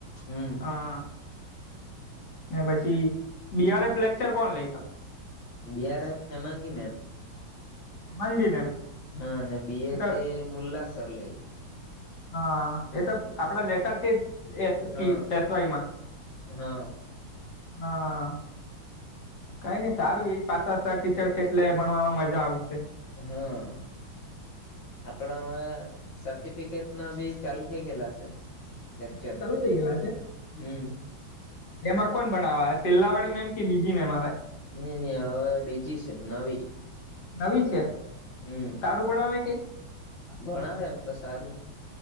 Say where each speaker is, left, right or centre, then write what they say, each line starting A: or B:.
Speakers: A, on the left; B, on the left.
A: હમ
B: હા. ને પછી બીઆરએફ લેક્ચર કોણ લઈ તો.
A: બીઆરએફ ફેમાંગી મેમ.
B: હેમાંગી મેમ
A: હા અને બીએ
B: એ તો
A: તે મુલ્લાસર લેય.
B: હા એ તો આપડા લેતા તે જ <inaudible> ટી
A: હા
B: એસ વાયમાં.
A: હા
B: હા કઈ નઈ સારું એક જ પાછા સર ટીચર છે એટલે ભણવામાં મજા આવસે.
A: હા આપડામાં સર્ટિફિકેટ ના ભી ચાલુ થય ગેલા છે. લેક્ચર
B: <inaudible> ચાલુ થઈ ગેલા છે
A: હમ
B: એમાં કોણ ભણાવા આવે પેલા વાળી મેમ કે બીજી મેમ આવે.
A: ની ની હવે બીજી છે નવી.
B: નવી છે.
A: હમ
B: સારું ભણાવે કે
A: ભણાવે એમ તો સારું